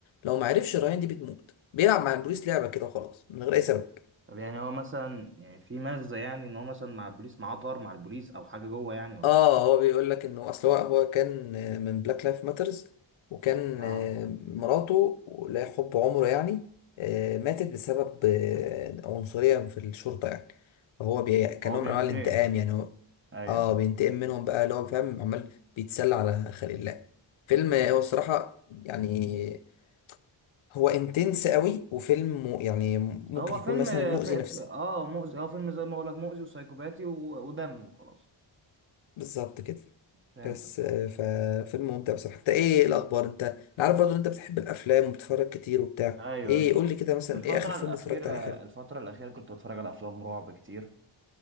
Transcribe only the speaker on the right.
طب يعني هو مثلا يعني في مغزى يعني ان هو مثلا مع البوليس معاه طار مع البوليس او حاجه جوه يعني ولا
إيه؟
اه
هو
بينتقم
ايوه
أيوة.
هو
فيلم
ف... ف...
اه مؤذي هو فيلم زي ما بقول لك مؤذي وسايكوباتي و... ودم وخلاص
فهمتك
آه.
ايوه
ايوه
الفترة
الأخيرة
الفترة الأخيرة كنت بتفرج على أفلام رعب كتير